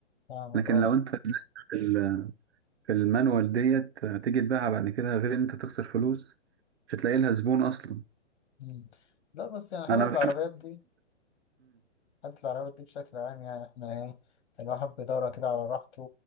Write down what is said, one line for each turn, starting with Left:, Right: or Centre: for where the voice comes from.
Left: فاهمك
Right: لكن
Left: اه
Right: لو انت لسه في ال- في المانوال ديت هتيجي تبيعها بعد كده غير ان انت تخسر فلوس مش هتلاقي لها زبون اصلا
Left: مم. لا بس يعني حتة
Right: انا بحب
Left: العربيات دي حتة العربيات دي بشكل عام يعني احنا ايه الواحد بيدور كده على راحته